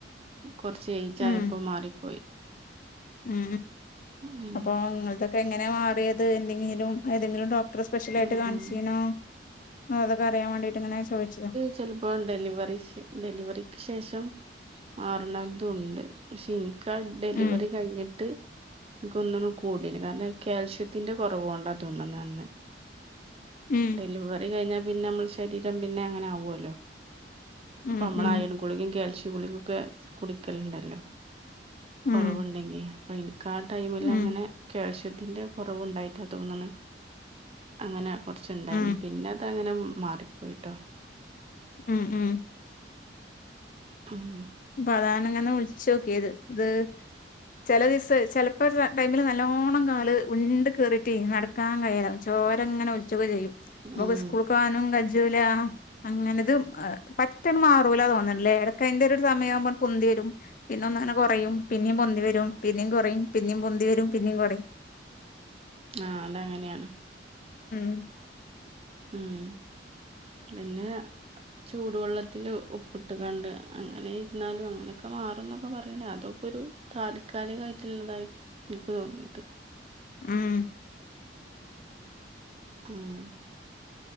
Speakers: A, on the right; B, on the left.
A: കൊറച്ച് ചേഞ്ച്‌-
B: ഉം
A: ആയപ്പോ തന്നെ മാറിപ്പോയി.
B: ഉം,
A: ഉം
B: അപ്പോ നിങ്ങളതോക്കെ- എങ്ങനെയ മാറിയത്. എന്തെങ്കിലും, ഏതെങ്കിലും ഡോക്ട- ഇത്ര സ്പെഷ്യല ആയിട്ട്-
A: ഉം
B: കാണിച്ചിനോ
A: ഉം
B: അതൊക്കെ- അറിയാൻ വേണ്ടിയിട്ട് ഇങ്ങനെ ചോദിച്ചതാ.
A: ചെലപ്പോ ഡെലിവറി, ഡെലിവറിക്ക് ശേഷം മാറുന്നു- തോന്നുന്നുണ്ട്. പക്ഷെ എനിക്കാ ഡെലിവറി
B: ഉം
A: കഴിഞ്ഞിട്ട്- എനിക്കൊന്നുന്നു കൂടിനു- കാരണം കാൽഷ്യത്തിന്റെ- കുറവ് കൊണ്ടാ തോന്നന്നു അത്.
B: ഉം
A: ഡെലിവറി കഴിഞ്ഞാ പിന്നെ, നമ്മൾ ശരീരം പിന്നെ അങ്ങനെ- ആവ്വ്ല്ലോ അപ്പോ
B: ഉം
A: നമ്മളായാലും,
B: ഉം
A: ഗുളികേം, കാൽഷ്യം ഗുളികേം, ഒക്കെ കുടിക്കലുണ്ടല്ലോ. കുറവുണ്ടെങ്കില്
B: ഉം
A: അപ്പോ, എനിക്ക് ആ ടൈമിലങ്ങനെ-
B: ഉം
A: കാൽഷ്യത്തിന്റെ- കുറവുണ്ടായിറ്റാ തോന്നുന്നത്. അങ്ങനെ കുറച്ച്ണ്ടായിന്,
B: ഉം
A: പിന്നെ അതങ്ങനെ മാറിപ്പോയിട്ടോ.
B: ഉം, ഉം,
A: ആഹ്,
B: പ്പതാണങ്ങെനെ വിളിച്ചോക്കിയത്, ഇത്. ചില ദിവസ ചെലപ്പോ ടൈമില്- നല്ലോണം കാല് വീണ്ട് കിറിട്ട് നട- നിക്കാൻ കയ ചോരെങ്ങനെ- ഒളിച്ചൊക്കെ ചെയ്യുംക്ക്-
A: ഉം
B: സ്കൂൾക്കനും കജൂല. അങ്ങനത്പറ്റെന്ന് മാറൂല- തോന്നുന്നുണ്ടില്ലേ? എടക്ക അറ ഒരു, സമയമാവുമ്പോ കുന്തി വരും. പിന്നെ ഒന്ന അങ്ങനെ കുറയും പിന്നേും പൊന്തി വരും, പിന്നേും കുറയും, പിന്നും പൊന്തി വരും, പിന്നും കുറയും. <inaudible>
A: ആഹാ അത അങ്ങനെയാണ്.
B: ഉം...
A: ഉം, പിന്നെ. ചൂടുവെള്ളത്തില്ൽ ഉപ്പിട്ട് കണ്ട് അങ്ങനെ ഇരുന്നാലും, അങ്ങനൊക്കെ മാറും എന്നൊക്കെ- പറയണ്ട അതൊക്കെ ഒരു- താൽക്കാലികയിട്ടുള്ളതായി- എനിക്ക് തോന്നിയത്.
B: ഉം,
A: ഉം,